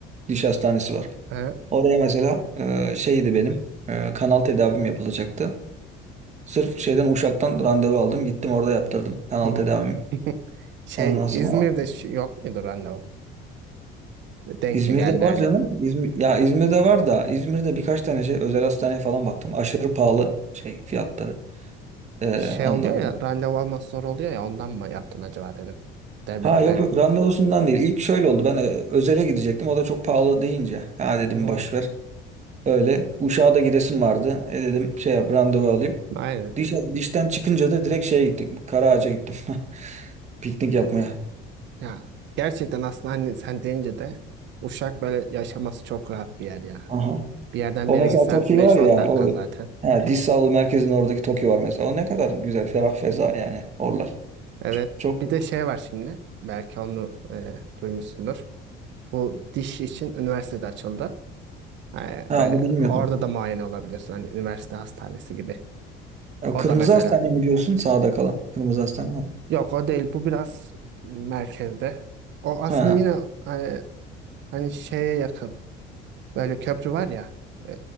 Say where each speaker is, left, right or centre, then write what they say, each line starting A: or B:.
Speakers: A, on the right; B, on the right.
A: Diş hastanesi var.
B: Ha?
A: Oraya mesela e, şeydi benim e, kanal tedavim yapılacaktı. Sırf şeyden Uşak'tan randevu aldım. Gittim orada yaptırdım kanal
B: Hmm.
A: tedavimi.
B: Şey
A: Ondan sonra
B: İzmir'de şu- yok mudur anne o? Denk
A: İzmir'de
B: mi geldi
A: var canım. İzmir, ya İzmir'de var da İzmir'de birkaç tane şey özel hastaneye falan baktım. Aşırı pahalı şey fiyatları. Ee,
B: Şey
A: ondan
B: oluyor ya
A: sonra.
B: randevu almak zor oluyor ya ondan mı yaptın acaba dedim. Devlette.
A: Ha yok yok randevusundan değil. İlk şöyle oldu. Ben ö- özele gidecektim. O da çok pahalı deyince. Ha dedim
B: Hı hı.
A: boş ver. Öyle. Uşak'a da gidesim vardı. E dedim şey yap randevu alayım.
B: Aynen.
A: Diş, dişten çıkınca da direkt şeye gittik. Karaağaç'a gittim. <laughs> Piknik yapmaya.
B: Ya gerçekten aslında hani sen deyince de Uşak böyle yaşaması çok rahat bir yer
A: <laughs>
B: ya.
A: Aha.
B: Bir yerden
A: O
B: bir yere
A: mesela
B: gitsen
A: Toki
B: beş
A: var ya
B: on dakika
A: o
B: zaten.
A: he, diş sağlığı merkezinin oradaki Toki var mesela. O ne kadar güzel ferah feza yani oralar.
B: Evet.
A: Ç- Çok,
B: Bir de şey var şimdi. Belki onu e, duymuşsundur. Bu diş için üniversitede açıldı. Ha,
A: ha
B: böyle
A: onu bilmiyordum.
B: orada da muayene olabiliyorsun. Hani üniversite hastanesi gibi.
A: Ya,
B: O
A: Kırmızı
B: da mesela.
A: Hastane mi diyorsun sağda kalan? Kırmızı Hastane var. mı?
B: Yok o değil. Bu biraz merkezde. O aslında
A: Ha
B: yine e, Hani şeye yakın. Böyle köprü var ya. e,